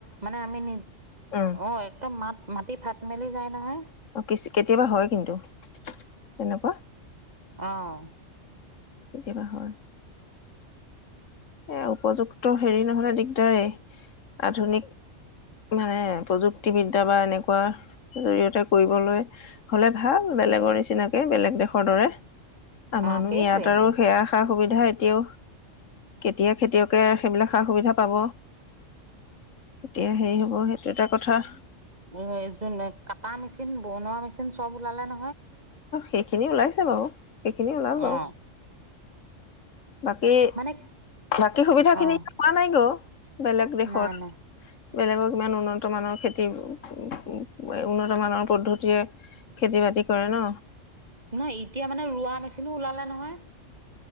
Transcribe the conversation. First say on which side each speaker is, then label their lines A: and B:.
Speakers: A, on the right (about 35°); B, on the left (about 80°).
A: মানে আমি নি-
B: অঁ'
A: অঁ একদম মাত মাটি ফাট মেলি যায় নহয়।
B: অ কিচ কেতিয়াবা হয় কিন্তু, তেনেকুৱা।
A: অঁ'
B: কেতিয়াবা হয়। এ উপযুক্ত হেৰি নহলে দিগদাৰেই। আধুনিক- মানে প্ৰযুক্তিবিদ্যা বা এনেকুৱা জৰিয়তে কৰিবলৈ। হলে ভাল বেলেগৰ নিচিনাকে, বেলেগ দেশৰ দৰে। আমাৰনো
A: অ সেইটোৱে
B: ইয়াত আৰু সেইয়া সা সুবিধা এতিয়াও- কেতিয়া খেতিয়কে সেইবিলাক সা সুবিধা পাব? কেতিয়া হেৰি হব সেইটো এটা কথা।
A: উঅ এ যোন অত কটা মেচিন বনোৱা মেচিন চব ওলালে ন।
B: সেইখিনি ওলাইছে বাৰু, সেইখিনি ওলাব।
A: অ
B: বাকী,
A: মানে
B: বাকী সুবিধাখিনি
A: অ
B: পোৱা নাই গ' বেলেগ দেশত।
A: নাই নাই
B: বেলেগ কিমান উন্নত মানৰ খেতি উ উ উ উন্নত মানৰ পদ্ধতিৰে- খেতি বাতি কৰে ন।
A: নহয় এতিয়া মানে ৰোৱা মেচিনো ওলালে নহয়,